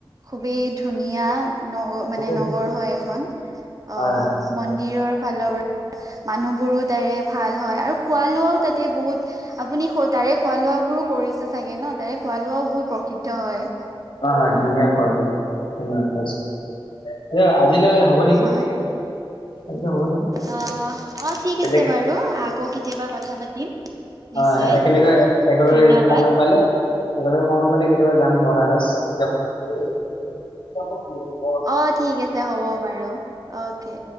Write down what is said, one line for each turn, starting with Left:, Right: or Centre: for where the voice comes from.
Right: খুবেই ধুনীয়া। নগ মানে
Left: হয়
Right: নগৰ হয় এখন অ
Left: হয়
Right: মন্দিৰৰ ফালৰ পৰা মানুহ বোৰো তাৰে ভাল হয় আৰু খোৱা লোৱাও তাতে বহুত আপুনি তাৰে খোৱা লোৱা বোৰো কৰিছে চাগে ন, তাৰে খোৱা লোৱাও বহুত প্ৰসিদ্ধ হয়।
Left: অ', হয় ধুনীয়া খোৱা লোৱা ধুনীয়া। আজিলৈ হ'ব নেকি
Right: হয়,
Left: আজিলৈ হ'ব নেকি
Right: অ', অ', ঠিক
Left: বেলেগ
Right: আছে বাৰু। আকৌ কেতিয়াবা কথা পাতিম।
Left: হয়,
Right: নিশ্চয়।
Left: একেলগে, একেলগে
Right: ধন্যবাদ।
Left: সময় পালে একেলগে সময় পালে কেতিয়াবা যাম বনাৰস দিয়ক।
Right: অ', ঠিক আছে হ'ব বাৰু, অকে।